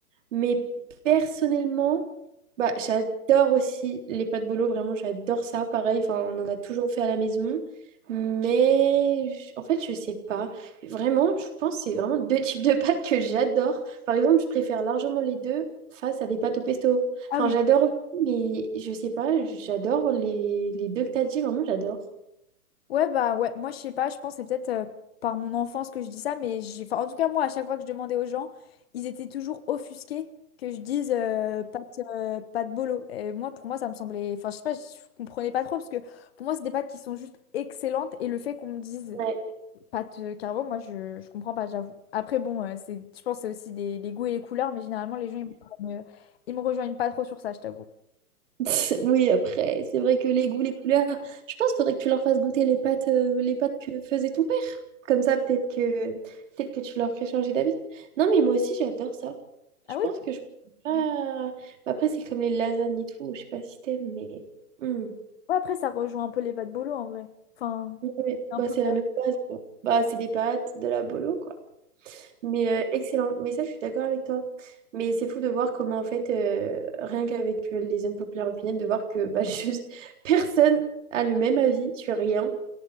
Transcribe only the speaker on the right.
Mais personnellement, bah, j'adore aussi les pâtes bolo, vraiment, j'adore ça. Pareil, enfin, on en a toujours fait à la maison. Mais je- en fait, je sais pas. Vraiment, je pense que c'est vraiment deux types de pâtes que j'adore. Par exemple, je préfère largement les deux face à des pâtes au pesto.
Enfin,
j'adore aussi, mais je sais pas, j'adore les, les deux que t'as dit, vraiment, j'adore.
Ouais.
<laughs> Oui, après, c'est vrai que les goûts, les couleurs, je pense qu'il faudrait que tu leur fasses goûter les pâtes, euh, les pâtes que faisait ton père. Comme ça, peut-être que peut-être que tu leur ferais changer d'avis. Non, mais moi aussi, j'adore ça.
Je
pense que je... Ah. Bah, Après, c'est comme les lasagnes et tout. Je sais pas si t'aimes, mais... Hmm.
Ouais.
Bah,
c'est
la même base, quoi. Bah, c'est des pâtes, de la bolo, quoi. Mais euh, excellent. Mais ça, je suis d'accord avec toi. Mais c'est fou de voir comment, en fait, euh, rien qu'avec euh, les unpopular opinions, de voir que bah, <laughs> juste personne a le même avis sur rien.